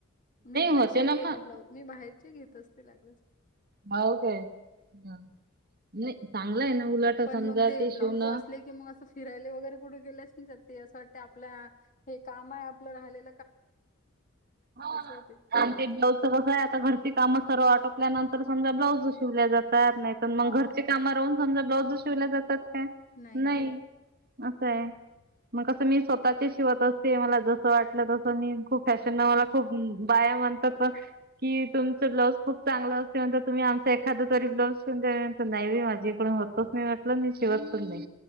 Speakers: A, on the left; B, on the right.
A: मी पण
B: होते
A: शिवते ना
B: मग
A: ब्लाऊज. मी बाहेरचे घेत असते लागच
B: हाओ काय? ह. नई चांगलं ए ना. उलट
A: पण
B: समजा
A: मंग ते
B: शिवणं
A: ब्लाउजं असले कि म असं फिरायले वगरे कुठे गेलेत? जगतिये, असं वाटतंय आपल्या.. हे काम आए आपलं ऱ्हालेत.
B: हो
A: होते
B: आणि तेंच कसं ए आता घरची कामं सर्व आटोप ल्यानंतर समजा ब्लाऊजं शिवल्या जातात, नाहीत
A: हा
B: मग घरचे काम राहून समजा ब्लाउजं शिवल्या जातात. काय?
A: नाही
B: न्हाई.
A: नाही
B: असए. म कसं मी स्वतः चे शिवत असते मला जस वाटलं तसं. आणि खूप फॅशन ना मला खूप बाया म्हणतात पण की तुमचं ब्लाऊज खूप चांगल अस समजा तुम्ही आमचं एखादं तरी ब्लाऊज शिवून द्या. नाही बाई माझी कडून होतच नाही म्हटलं मि शिवत पण नाई.